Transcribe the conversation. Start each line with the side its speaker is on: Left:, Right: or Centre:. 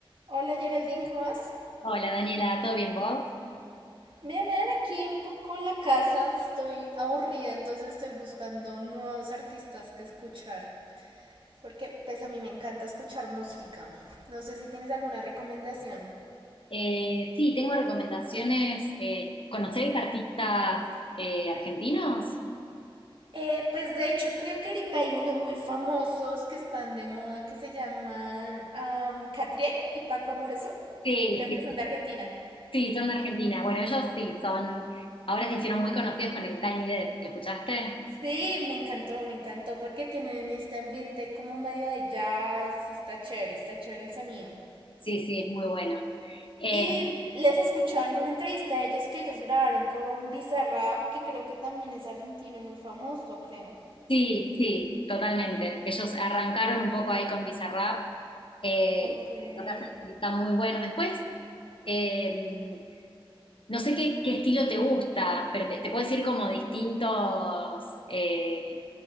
Right: Hola Geraldine, ¿cómo vas?
Left: Hola Daniela, ¿todo bien vos?
Right: Mira, me dan aquí un poco en la casa, estoy aburrida, entonces estoy buscando nuevos artistas que escuchar, porque pues a mí me encanta escuchar música. No sé si tienes alguna recomendación.
Left: Eh, sí, tengo recomendaciones. Eh, ¿conocés artistas eh, argentinos?
Right: Eh, pues de hecho creo que ahorita hay unos muy famosos que están de moda que se llaman am, Catriel y Paco Amoroso.
Left: Sí,
Right: Creo
Left: sí,
Right: que son de Argentina.
Left: sí, son de Argentina. Bueno, ellos sí, son, ahora se hicieron muy conocidos con el Tiny Desk, ¿lo escuchaste?
Right: Sí, me encantó, me encantó porque tienen este ambiente como medio de jazz, está chévere, está chévere el sonido.
Left: Sí, sí, es muy bueno. Eh,
Right: Y les escuchaba en una entrevista a ellos que ellos grabaron con Bizarrap, que creo que también es argentino muy famoso, creo.
Left: sí, sí, totalmente. Ellos arrancaron un poco ahí con Bizarrap eh,
Right: Ok.
Left: y lo que hacen está muy bueno. Después... eh, No sé qué, qué estilo te gusta, pero te, te puedo decir como distintos eh,